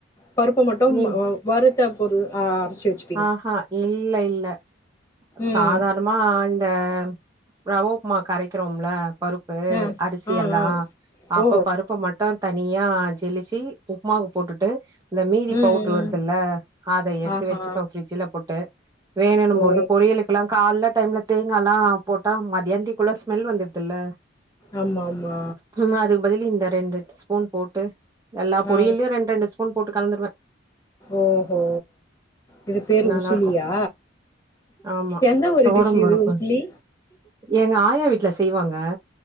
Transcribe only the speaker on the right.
நீ
ஆஹா இல்ல இல்ல
சாதார் மா இந்த ரவ உப்மாக்கு அரைக்கிறோமல்ல பருப்பு
அரிசி
எல்லா
அப்ப
பருப்ப மட்டு தனியா ஜெலிச்சி உப்மாவு போட்டுட்டு இந்த மீதி
பவுடுரு
வருதல்ல அத எடுத்து
வெச்சு ப ஃபிரிட்ஜ்ல போட்டு வேணுன்னும்போது
பொறியலு இப்பல்லா கால்ல டைம்ல தேங்கால்லா போட்டா மதியாந்திக்குள்ள ஸ்மெல் வந்திருதில்ல
இல்லனா அதுக் பதில் இந்த ரெண்டு ஸ்பூன் போட்டு எல்லா பொரியல்லயு
ரெண்ட் ரெண்டு ஸ்பூன் போட்டு கலந்துருவ
நல்லா
இருக்கு ஆமா
தொவரம்
பருப்பு
எங்க ஆயா வீட்ல செய்வாங்க